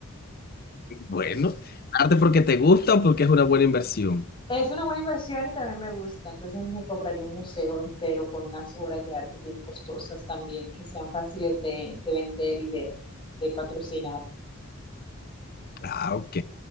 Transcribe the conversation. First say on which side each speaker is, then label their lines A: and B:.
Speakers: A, on the left; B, on the left.
A: Bueno,
B: sí.
A: arte porque te gusta o porque es una buena inversión.
B: Es una buena inversión y también me gusta, entonces me compraría un museo entero con unas obras de arte bien costosas también, que sean fáciles de, de vender y de, de patrocinar.
A: Ah, ok,